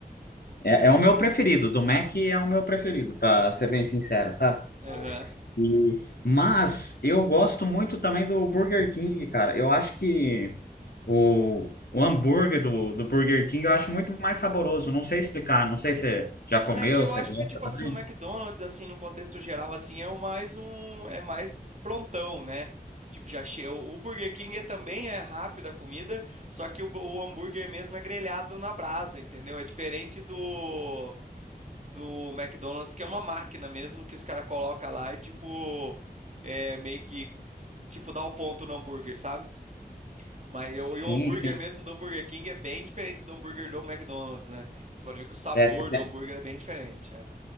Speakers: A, on the left; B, on the right.
A: É, é o meu preferido, do Mac é o meu preferido, para ser bem sincero, sabe?
B: Aham.
A: E- mas eu gosto muito também do Burger King, cara. Eu acho que o, o hambúrguer do, do Burger King eu acho muito mais saboroso. Não sei explicar, não sei se você já comeu,
B: É que eu
A: você
B: acho
A: gosta
B: que, tipo
A: também.
B: assim, o McDonald's, assim, no contexto geral, assim, é o mais um, é mais prontão, né? Tipo, já cheio O o Burger King é, também é rápida a comida, só que o, o hambúrguer mesmo é grelhado na brasa, entendeu? É diferente do, do McDonald's, que é uma máquina mesmo, que os caras colocam lá e, tipo, é meio que, tipo, dá o ponto no hambúrguer, sabe? Mas eu,
A: Sim,
B: e o hambúrguer
A: sim.
B: mesmo do Burger King é bem diferente do hambúrguer do McDonald's, né? Você pode ver que o sabor
A: É, tem,
B: do hambúrguer é bem diferente, é.